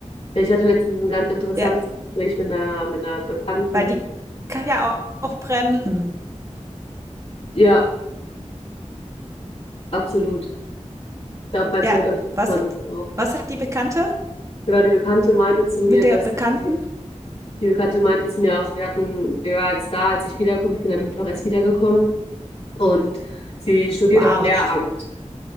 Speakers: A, on the left (about 55°); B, on the right (about 25°).
A: Ich hatte letztens ein ganz interessantes
B: ja,
A: Gespräch mit einer, mit einer Bekannten.
B: weil die kann ja auch, bremsen.
A: Ja, absolut. Ich glaube, manchmal
B: Ja,
A: unterschätzt
B: was
A: man
B: hat,
A: das auch.
B: was hat die Bekannte
A: Genau, die Bekannte meinte zu mir,
B: mit
A: dass
B: der Bekannten?
A: die, die Bekannte meinte zu mir auch, wir hatten, die war jetzt da, als ich wiederkomme. Ich bin am Mittwoch erst wiedergekommen und sie studiert
B: Wow,
A: auf Lehramt.